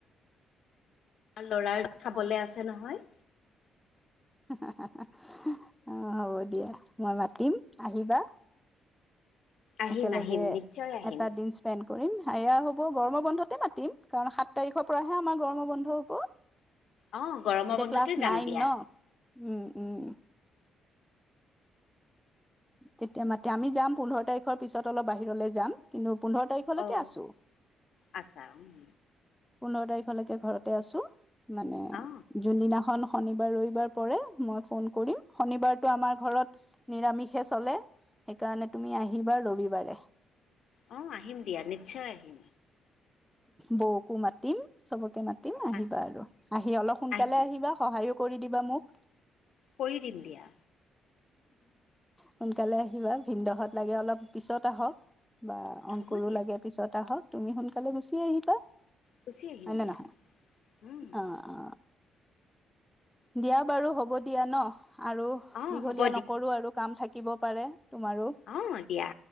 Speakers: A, on the left; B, in the centre.
A: আমাৰ লৰাৰ খাবলৈ আছে নহয়
B: হে হে হাহা অ হ'ব দিয়া মই মাতিম আহিবা <unintelligible>
A: আহিম
B: একেলগে
A: আহিম নিশ্চয় আহিম
B: এটা দিন স্পেণ্ড কৰিম সয়া হ'ব গৰম বন্ধতে মাতিম কাৰণ সাত তাৰিখৰ পৰাহে আমাৰ গৰম বন্ধ হ'ব
A: অ গৰমৰ
B: এতিয়া
A: বন্ধতে
B: ক্লাছ
A: যাম
B: নাইন
A: দিয়া
B: ন উম উম তেতিয়া মাতি আমি যাম পোন্ধৰ তাৰিখৰ পিছত অলপ বাহিৰলে যাম কিন্তু পোন্ধৰ তাৰিখলৈকে
A: অ
B: আছো
A: আছা উম
B: পোন্ধৰ তাৰিখলৈকে ঘৰতে আছো মানে
A: অ
B: যোনদিনাখন শনিবাৰ ৰবিবাৰ পৰে মই ফোন কৰিম শনিবাৰতটো আমাৰ ঘৰত নিৰামিষে চলে সেইকাৰণে তুমি আহিবা ৰবিবাৰে
A: আহ আহিম দিয়া নিশ্চয় আহিম
B: বৌকো মাতিম চবকে মাতিম তিম আহিবা
A: আহ
B: আৰু আহি অলপ সোনকালে
A: আহিম
B: আহিবা সহায়ো কৰি দিবা মোক
A: কৰি দিম দিয়া
B: সোনকালে আহিবা ভিনদহত লাগে অলপ পিছত আহক বা অংকুৰো
A: হ'ব দিয়া
B: লাগে পিছত আহক তুমি সোনকালে গুচি আহিবা
A: গুচি আহিম
B: হয় নে
A: দিয়া
B: নহয়
A: উম
B: অ অ দিয়া বাৰু হ'ব দিয়া ন আৰু
A: অ
B: দীঘলীয়া
A: হ'ব
B: নকৰো আৰু কাম থাকিব পাৰে তোমাৰো
A: আহ এতিয়া